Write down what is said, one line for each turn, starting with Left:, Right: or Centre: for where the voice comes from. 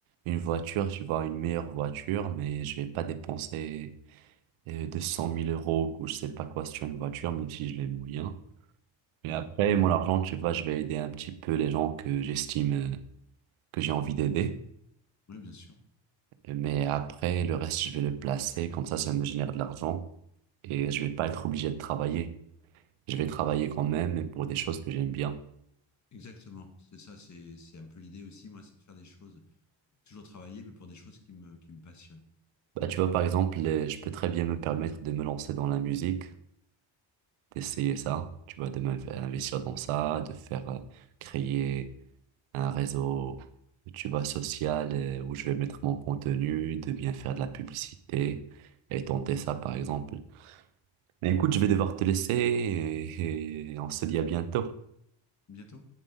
Right: une voiture, tu vois, une meilleure voiture, mais je vais pas dépenser euh, deux cent mille euros ou je sais pas quoi sur une voiture, même si je les moyens. Mais
Left: ouais.
Right: après, mon argent, tu vois, je vais aider un petit peu les gens que j'estime euh, que j'ai envie d'aider.
Left: Oui, bien sûr.
Right: Mais après, le reste, je vais le placer, comme ça, ça me génère de l'argent et je vais pas être obligé de travailler. Je vais travailler quand même et pour des choses que j'aime bien.
Left: Exactement. C'est ça, c'est c'est un peu l'idée aussi, moi, c'est de faire des choses, toujours travailler, mais pour des choses qui me, qui me passionnent.
Right: Bah, tu vois, par exemple, les- je peux très bien me permettre de me lancer dans la musique, d'essayer ça, tu vois, de m'investir dans ça, de faire euh, créer un réseau, tu vois, social euh, où je vais mettre mon contenu, de bien faire de la publicité et tenter ça, par exemple. Mais écoute, je vais devoir te laisser et et on se dit à bientôt.
Left: Bientôt.